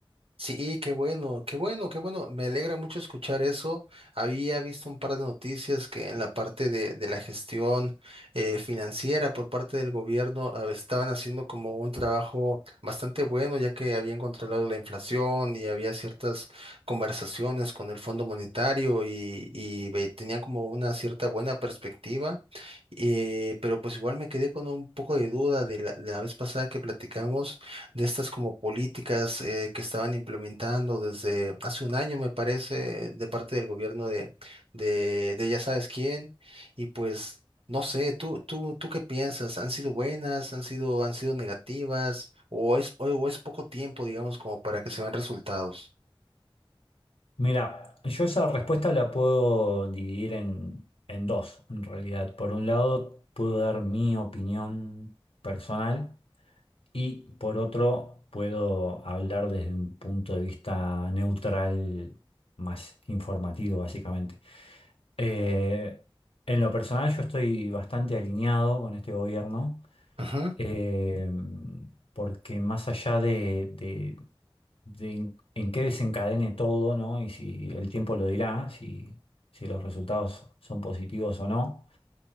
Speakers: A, on the right; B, on the left.
A: Sí, qué bueno, qué bueno, qué bueno. Me alegra mucho escuchar eso. Había visto un par de noticias que en la parte de, de la gestión eh, financiera por parte del gobierno ah, estaban haciendo como un trabajo bastante bueno, ya que habían controlado la inflación y había ciertas conversaciones con el Fondo Monetario y, y ve- tenían como una cierta buena perspectiva. Eh, pero pues igual me quedé con un poco de duda de la, de la vez pasada que platicamos de estas como políticas eh, que estaban implementando desde hace un año, me parece, de parte del gobierno de, de, de ya sabes quién, y pues no sé, ¿tú, tú, tú qué piensas? ¿Han sido buenas? ¿Han sido, han sido negativas? ¿O es, o, o es poco tiempo, digamos, como para que se vean resultados?
B: Mira, yo esa respuesta la puedo dividir en, en dos, en realidad. Por un lado, puedo dar mi opinión personal Y por otro, puedo hablar desde un punto de vista neutral, más informativo, básicamente. Eh, en lo personal, yo estoy bastante alineado con este gobierno,
A: Ujú.
B: eh, porque más allá de, de- de en, en qué desencadene todo, ¿no? Y si el tiempo lo dirá, si, si los resultados son positivos o no.